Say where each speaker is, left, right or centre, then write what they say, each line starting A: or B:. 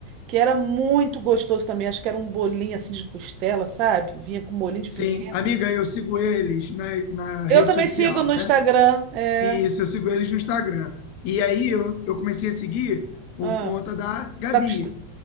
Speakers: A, on the right (about 40°); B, on the left (about 45°).
A: que era muito gostoso também. Acho que era um bolinho assim de costela, sabe? Vinha com molhinho de
B: Sim,
A: pimenta.
B: amiga, eu sigo eles na, na
A: Eu
B: rede
A: também
B: social,
A: sigo no
B: né?
A: Instagram. É.
B: E isso, eu sigo eles no Instagram. E aí eu, eu comecei a seguir por
A: Ah,
B: conta da Gabi.
A: da Costa-